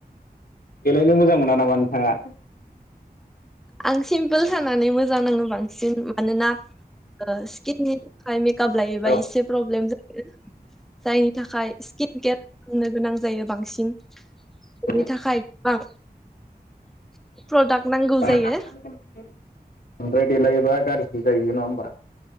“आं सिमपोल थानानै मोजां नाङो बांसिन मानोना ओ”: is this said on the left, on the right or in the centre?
Centre